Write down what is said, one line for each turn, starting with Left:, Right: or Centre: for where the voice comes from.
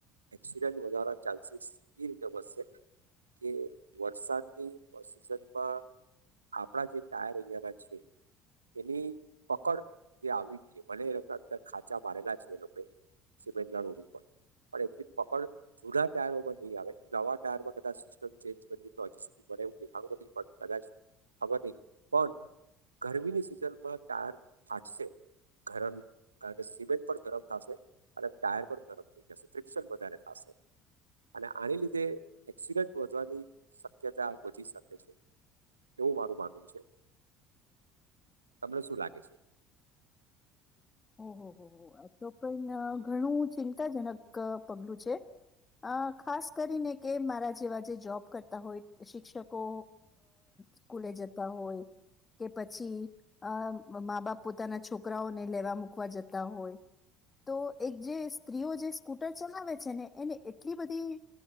Right: એક્સિડન્ટ વધારા ચાન્સીસ એ રીતે વધશે કે વરસાદની સિઝનમાં આપણા જે ટાયર અહીંયાના છે એની પકડ જે આવી ગઈ છે મને એ લોકો અંદર ખાંચા મારેલા છે એ લોકોએ સિમેન્ટના રોડ ઉપર પણ એટલી પકડ જૂના ટાયરોમાં નહી આવે નવા ટાયરમાં કદાચ સિસ્ટમ ચેન્જ કર તો હજી સુધી બને એવું દેખાણ નથી પણ કદાચ ખબર નય પણ ગરમીની સિઝનમાં ટાયર ફાટશે ગરમ, કારણ કે સિમેન્ટ પણ ગરમ થશે અને ટાયર પણ ગરમ થઈ જશે ફ્રિકપશન વધારે થશે અને આને લીધે એક્સિડન્ટ વધવાની શક્યતા વધી શકે છે એવું મારું માનવું છે. તમને શું લાગે છે?
Left: ઓહ હો હો, તો પણ ઘણું ચિંતાજનક પગલું છે અ ખાસ કરીને કે મારા જેવા જે જોબ કરતા હોય, શિક્ષકો સ્કૂલે જતા હોય કે પછી માં, બાપ પોતાના છોકરાઓને લેવા મૂક મૂકવા જતા હોય તો એક જે સ્ત્રીઓ જે સ્કૂટર ચલાવે છે ને એને એટલી બધી